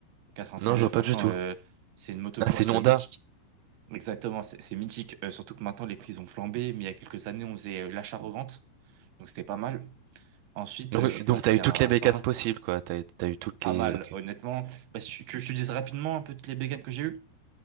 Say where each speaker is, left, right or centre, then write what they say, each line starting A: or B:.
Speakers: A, on the right (about 70°); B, on the right (about 85°).
A: 85R,
B: Non, je vois pas
A: franchement,
B: du tout.
A: euh, c'est une motocross
B: Ah, c'est une Honda.
A: euh, mythique. Exactement, c'est c'est mythique. Euh, surtout que maintenant les prix ont flambé, mais il y a quelques années on faisait euh, l'achat-revente. Donc c'était pas mal. Ensuite,
B: Donc,
A: euh, je suis
B: donc
A: passé
B: t'as eu
A: à
B: toutes les
A: un
B: bécanes
A: 120.
B: possibles, quoi. T'as, t'as eu toutes
A: Pas
B: les...
A: mal,
B: Ok.
A: honnêtement. Bah, si tu tu veux que je te dise rapidement un peu toutes les bécanes que j'ai eues.